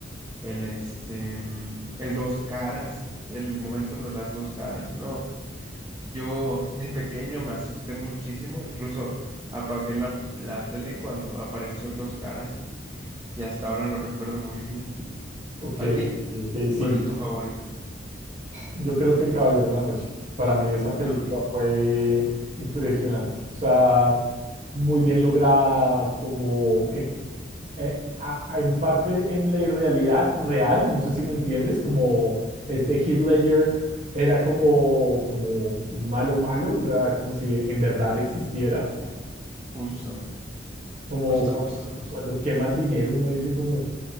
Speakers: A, on the right; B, on the right.
A: el, este, mm, el dos caras, el momento de las dos caras. No, yo de pequeño me asusté muchísimo, incluso apagué la, la tele cuando apareció el dos caras y, y hasta ahora lo recuerdo muy bien.
B: Ok,
A: ¿A ti?
B: ok, sí,
A: ¿Cuál es tu favorita?
B: yo creo que El Caballero de la Noche, para mí esa película
A: También,
B: fue impresionante, o sea, muy
A: justo,
B: bien lograda, como... eh, eh, a- a- en parte en la irrealidad real, no sé si me entiendes, como este Heath Ledger era como, como un malo malo, o sea, como si en verdad existiera,
A: justo,
B: como
A: justo,
B: cu-
A: justo, justo.
B: cuando quema el dinero uno dice como,